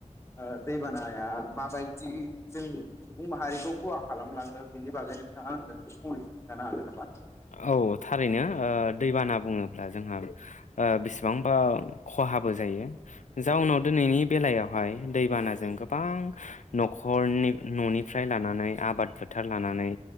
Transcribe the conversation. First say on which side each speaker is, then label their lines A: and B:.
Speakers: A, on the left (about 20°); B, on the left (about 75°).
A: ओ दैबानाया माबायदि जों सुबुं माहारिखौ खहा खालामलाङो बेनि बागै नोंथाङा आंनो फहाय थानो हागोन नामा?
B: औ थारैनो ओ दैबाना बुङोब्ला जोंहा आ बिसिबांबा खहाबो जायो । जाउनाव दिनैनि बेलायावहाय दैबानाजों गोबां न'खरनि न'निफ्राय लानानै आबाद फोथार लानानै